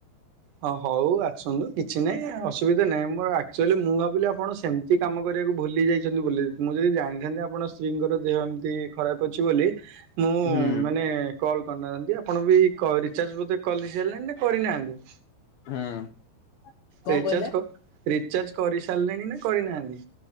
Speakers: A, on the right; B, on the left.
A: ହଁ ହଉ ଆସନ୍ତୁ କିଛି ନାହିଁ ଅସୁବିଧା ନାହିଁ ମୋର ଆଚୁଆଲି ମୁଁ ଭାବିଲି ଆପଣ ସେମି ତି କାମ କରିବାକୁ ଭୁଲି ଯାଇଛନ୍ତି ବୋଲି ମୁଁ ଯଦି ଜାଣିଥାନ୍ତି ଆପଣ ସ୍ତ୍ରୀଙ୍କର ଦେହ ଏମିତି ଖରାପ ଅଛି ବୋଲି ମୁଁ
B: ହୁଁ
A: ମାନେ କଲ୍ କରିନଥାନ୍ତି ଆପଣ ବି ରିଚାର୍ଜ ବୋଧେ କଲ ସାରିଲେନି ନା କରିନାହାନ୍ତି?
B: ହୁଁ। କଣ
A: ରିଚାର୍ଜ
B: କହିଲେ
A: ରିଚାର୍ଜ କରି ସାରିଲେଣି ନା କରିନାହାନ୍ତି?